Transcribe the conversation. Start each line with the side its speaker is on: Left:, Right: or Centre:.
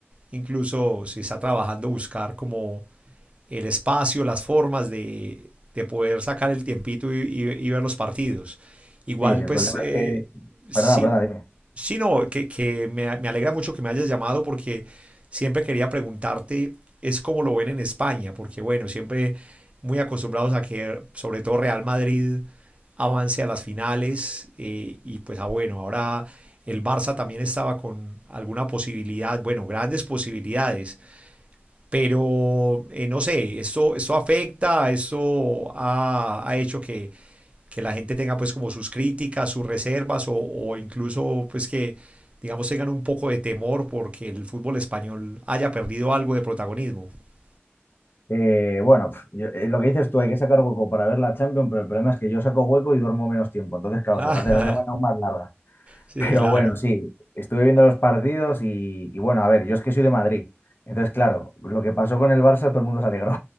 Right: incluso si está trabajando, buscar como el espacio, las formas de, de poder sacar el tiempito y, y- y ver los partidos. Igual,
Left: Sí, sí, el
Right: pues,
Left: problema
Right: eh,
Left: es que...
Right: sí,
Left: Perdona, perdona, dime.
Right: Sí, no, que, que me, me alegra mucho que me hayas llamado porque siempre quería preguntarte es cómo lo ven en España, porque bueno, siempre muy acostumbrados a que sobre todo Real Madrid avance a las finales eh, y pues ah, bueno, ahora el Barça también estaba con alguna posibilidad, bueno, grandes posibilidades, pero eh, no sé, esto, esto afecta, esto ha, ha hecho que, que la gente tenga pues como sus críticas, sus reservas o, o incluso pues que digamos tengan un poco de temor porque el fútbol español haya perdido algo de protagonismo. <laughs>
Left: Eh, bueno, pf, yo- eh, lo que dices tú, hay que sacar hueco para ver la Champions, pero el problema es que yo saco hueco y duermo menos tiempo, entonces claro,
Right: Ah,
Left: se me hace la semana aún más larga.
Right: sí,
Left: Pero
Right: claro.
Left: bueno, sí, estuve viendo los partidos y, y bueno, a ver, yo es que soy de Madrid, entonces claro, lo que pasó con el Barça todo el mundo se alegró.